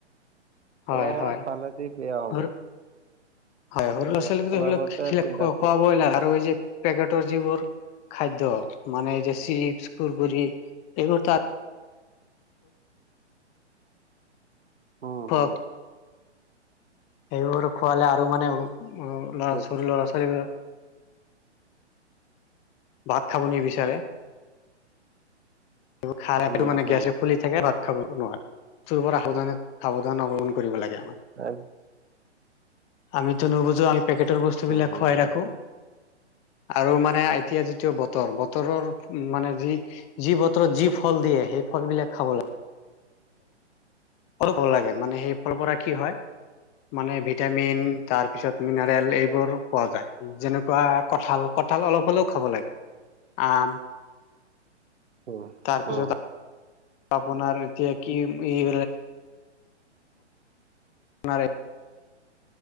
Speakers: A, on the right; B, on the left.
A: চব
B: হয় হয়
A: ফালে দি বেয়া হ'ব।
B: সৰু হয় সৰু ল'ৰা
A: ত
B: ছোৱালীকো
A: আপোনাৰ
B: সেইবিলাক
A: মতে
B: খিলে
A: চিন্তা
B: খুৱাবই
A: কৰি
B: নালাগে, আৰু এই যে পেকেটৰ যিবোৰ খাদ্য মানে এই যে চিপচ কুৰকৰি এইবোৰ তাত
A: অ'
B: খুৱাওক
A: হ'।
B: সেইবোৰ খোৱালে আৰু মানে ল'ৰা
A: ঠিক
B: সৰু ল'ৰা ছোৱালীবিলাক ভাত খাব নিবিচাৰে। সেইবোৰ খালে
A: হম
B: মানে
A: হম
B: গেছে ফুলি থাকে ভাত খাব নোৱাৰে। বস্তুৰ পৰা সাবধানে সাৱধান অৱলম্বন কৰিব লাগে।
A: হম
B: আমিটো নুবুজো পেকেটৰ বস্তুবিলাক
A: হম
B: খুৱাই
A: হম
B: ৰাখো আৰু মানে এতিয়া যিটো বতৰ বতৰৰ উম, মানে যি যি বতৰত যি ফল দিয়ে সেই ফল বিলাক খাব লাগে। অলপ ভাল লাগে মানে সেই ফলৰ পৰা কি হয়, মানে ভিটামিন তাৰপিছত, মিনাৰেল এইবোৰ পোৱা যায়, যেনেকুৱা কঁঠাল কঁঠাল অলপ হ'লেও খাব লাগে। আম।
A: উম।
B: তাৰপিছত
A: উম
B: আপোনাৰ এতিয়া কি এই <unintelligible>